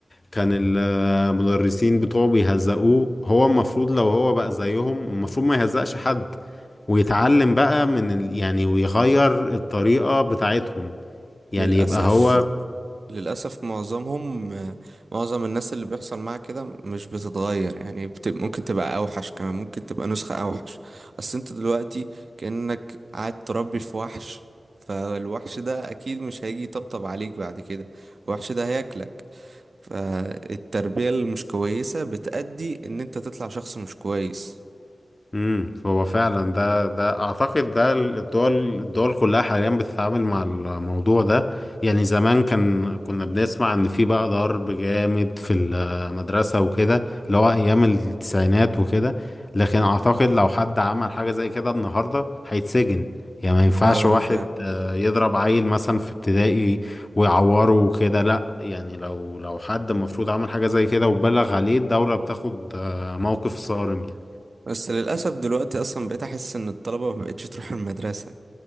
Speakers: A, on the left (about 35°); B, on the right (about 65°).
A: كان المدرسين بتوعه بيهزقوه هو المفروض لو هو بقى زيهم المفروض ما يهزقش حد ويتعلم بقى من ال... يعني ويغير الطريقة بتاعتهم يعني
B: للأسف
A: يبقى هو
B: للأسف معظمهم آه، معظم الناس اللي بيحصل معاها كده مش بتتغير يعني بت... ممكن تبقى أوحش كمان ممكن تبقى نسخة أوحش أصل أنت دلوقتي كأنك قاعد تربي في وحش فالوحش ده أكيد مش هيجي يطبطب عليك بعد كده الوحش ده هياكلك فالتربية المش كويسة بتأدي إن أنت تطلع شخص مش كويس
A: امم هو فعلا ده ده اعتقد ده الدول الدول كلها حاليا بتتعامل مع الموضوع ده يعني زمان كان كنا بنسمع ان في بقى ضرب جامد في المدرسة وكده اللي هو ايام التسعينات وكده لكن اعتقد لو حد عمل حاجة زي كده النهاردة هيتسجن يعني ما ينفعش
B: اه
A: واحد
B: فاهم
A: آه، يضرب عيل مثلا في ابتدائي ويعوره وكده لا يعني لو لو حد المفروض عمل حاجة زي كده وبلغ عليه الدولة بتاخد آه، موقف صارم يعني
B: بس للأسف دلوقتي أصلا بقيت أحس إن الطلبة مبقتش تروح المدرسة